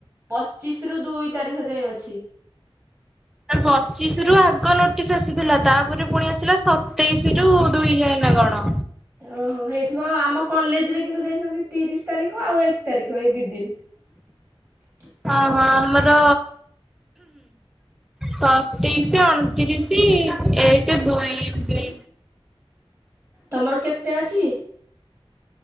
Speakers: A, on the right (about 25°); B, in the centre.
A: ପଚିଶି ରୁ ଦୁଇ ତାରିଖ ଯାଏ ଅଛି।
B: ପଚିଶି ରୁ ଆଗ ନୋଟିସ୍ ଆସିଥିଲା ତାପରେ ପୁଣି ଆସିଲା ସତେଇଶି ରୁ ଦୁଇ ଯାଏଁ ନା କଣ।
A: ଓହୋ ହେଇଥିବ ଆଉ ଆମ କଲେଜେ ରେ କିନ୍ତୁ ଦେଇସନ୍ତି ତିରିଶି ତାରିଖ ଆଉ ଏକ ତାରିଖ ଏଇ ଦିଇ ଦିନି। <inaudible>
B: ହଁ ହଁ ଆମର ସତେଇଶି ଅଣତିରିଶ ଏକ ଦୁଇ ଏମତି।
A: ତମର କେତେ ଅଛି?